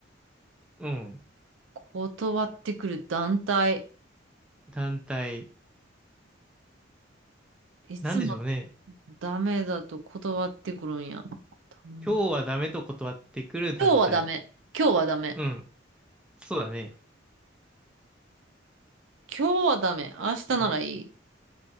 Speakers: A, in the centre; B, on the right (about 85°).
A: うん、
B: 断ってくる団体。
A: 団体、
B: いつも
A: なんでしょうね。
B: ダメだと断ってくるんや。うん
A: 今日はダメと断ってくる団体。
B: 今日はダメ。今日はダメ。
A: うん、そうだね。
B: 今日はダメ。明日ならいい。
A: 今日はダメ